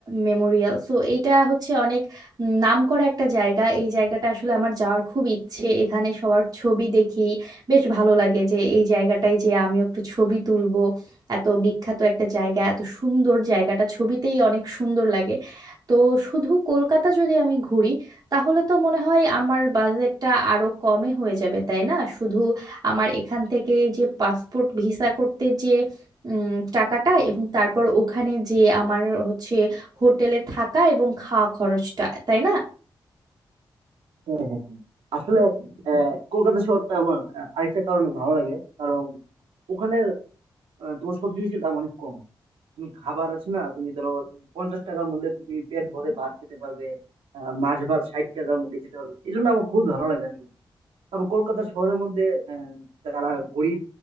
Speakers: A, on the right; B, on the right.
A: মেমোরিয়াল সো এইটা হচ্ছে অনেক নাম করা একটা জায়গা এই জায়গাটা আসলে আমার যাওয়ার খুব ইচ্ছে এখানে সবার ছবি দেখি বেশ ভালো লাগে যে এই জায়গাটায় যে আমিও একটু ছবি তুলবো এত বিখ্যাত একটা জায়গা এত সুন্দর জায়গাটা ছবিতেই অনেক সুন্দর লাগে তো শুধু কলকাতা যদি আমি ঘুরি তাহলে তো মনে হয় আমার বাজেটটা আরো কমে হয়ে যাবে তাই না শুধু আমার এখান থেকে যে পাসপোর্ট ভিসা করতে যে উম, টাকাটা এবং তারপর ওখানে যে আমার হচ্ছে হোটেলে থাকা এবং খাওয়া খরচটা তাই না
B: হ্যাঁ হ্যাঁ হ্যাঁ। আসলে আহ, কলকাতা শহরটা আমার আহ, আরেকটা কারণে ভালো লাগে কারণ ওখানে আহ, তোমার সব জিনিসের দাম অনেক কম তুমি খাবার আছে না তুমি ধরো তুমি পঞ্চাশ টাকার মধ্যে তুমি পেট ভরে ভাত খেতে পারবে আহ, মাছ ভাত ষাট টাকার মধ্যে খেতে পারবে এই জন্য আমার খুব ভালো লাগে আসলে কারণ কলকাতা শহরের মধ্যে আহ, যারা গরিব